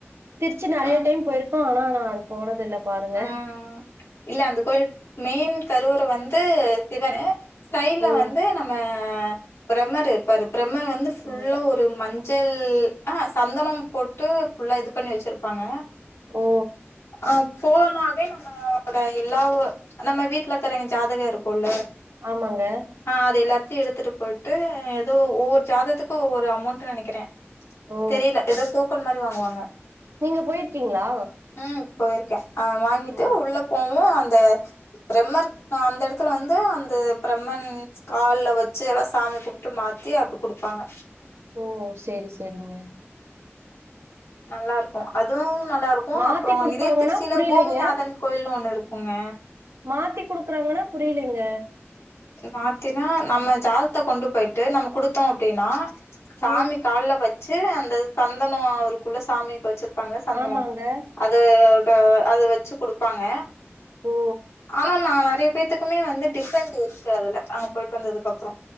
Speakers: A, on the right; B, on the left.
A: திருச்சி நெறைய
B: ஆ
A: டைம் போயிருக்கோ ஆனா நா அது போனதில்ல பாருங்க
B: ஆ இல்ல அந்த கோயில் மெயின் கருவற வந்து சிவனு சைட்ல
A: ஓ!
B: வந்து நம்ம அ பிரம்மரு இருப்பாரு பிரம்மர் வந்து ஃபுல்லா
A: ஓ!
B: ஒரு மஞ்சள் அ அ சந்தனோ போட்டு ஃபுல்லா இது பண்ணி வெச்சிருப்பாங்க
A: ஓ
B: ஆ போனாவே நம்மலோட எல்லாவோ நம்ம வீட்ல இருக்கறேங்க ஜாதக இருக்கோல
A: ஆமாங்க
B: ஆ அது எல்லாத்தையே எடுத்துட்டு போயிட்டு ஏதோ ஒவ்வொரு ஜாதகத்துக்கோ ஒவ்வொரு அமௌண்ட் நெனைக்கிற
A: ஓ
B: தெரியல ஏதோ டோக்கன் மாறி வாங்குவாங்க
A: நீங்க போயிருக்கீங்களா
B: ம் போயிருக்கே வாங்கிட்டு
A: ஓ
B: உள்ள போவோ அந்த பெரம்மர்க் நா அந்த எடத்துல வந்து அந்த ப்ரெம்மன் கால்ல வச்சு எல்லா சாமி கும்ட்டு மாத்தி அப்ப குடுப்பாங்க
A: ஓ செரி செரிங்க
B: நல்லா இருக்கோ அதுவோ நல்லா இருக்கோ
A: மாத்தி
B: அப்புறோ
A: குடுப்பாங்கன்னா
B: இதே திருச்சியில
A: புரியலைங்க
B: பூமிநாதன் கோயில்ன்னு ஒண்ணு இருக்குங்க
A: மாத்தி குடுக்குறாங்கன்னா புரியலிங்க
B: மாத்தினா நம்ம ஜாதத்த கொண்டு போயிட்டு நம்ம குடுத்தோ அப்டினா சாமி
A: ம்
B: கால்ல வச்சு அந்த சந்தனோ அவருக்குள்ள சாமிக்கு வச்சிர் விப்பாங்க சந்தனோ
A: ஆமாங்க
B: அது அது வச்சி குடுப்பாங்க
A: ஓ
B: ஆனா நா நெறைய பேத்துக்குமே வந்து டிஃப்ரெண்ட் இருக்கு அதல அங்க போயிட்டு வந்ததுக்கப்புறோ